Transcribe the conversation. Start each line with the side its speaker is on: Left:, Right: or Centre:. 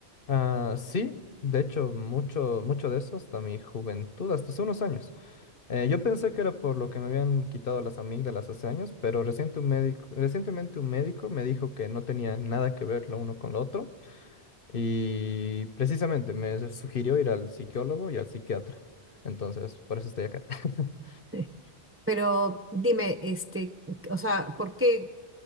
Left: Ah, sí, de hecho, mucho, mucho de eso hasta mi juventud, hasta hace unos años. Eh, yo pensé que era por lo que me habían quitado las amígdalas hace años, pero reciente un médico, recientemente un médico me dijo que no tenía nada que ver lo uno con lo otro y precisamente me sugirió ir al psicólogo y al psiquiatra. Entonces, por eso estoy acá. <laughs>
Right: Sí. Pero dime, este, o sea, ¿por qué,